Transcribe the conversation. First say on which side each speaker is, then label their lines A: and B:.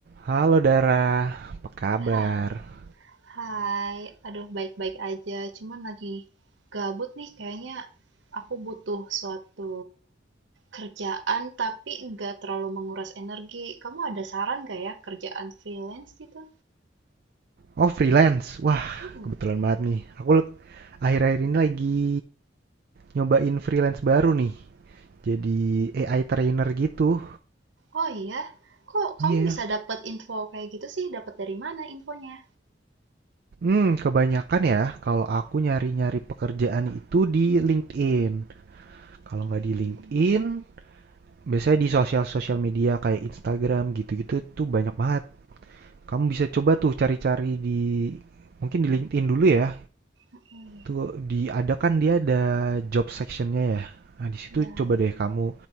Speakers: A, on the right; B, on the right.
A: Halo Dara, apa kabar?
B: Hai, hai. Aduh, baik-baik aja. Cuman lagi gabut nih kayaknya aku butuh suatu kerjaan tapi nggak terlalu menguras energi. Kamu ada saran nggak ya kerjaan freelance gitu?
A: Oh freelance, wah
B: Mm-mm.
A: kebetulan banget nih. Aku le- akhir-akhir ini lagi nyobain freelance baru nih. Jadi AI trainer gitu.
B: Oh iya, kok kamu
A: Iya.
B: bisa dapat info kayak gitu sih? Dapat dari mana infonya?
A: Hmm, kebanyakan ya kalau aku nyari-nyari pekerjaan itu di LinkedIn. Kalau nggak
B: Hmm,
A: di LinkedIn, biasanya di sosial-sosial media kayak Instagram gitu-gitu tuh banyak banget. Kamu bisa coba tuh cari-cari di mungkin di LinkedIn dulu ya.
B: oke.
A: Tuh diadakan dia ada job sectionnya ya. Nah, di situ
B: Ya,
A: coba deh kamu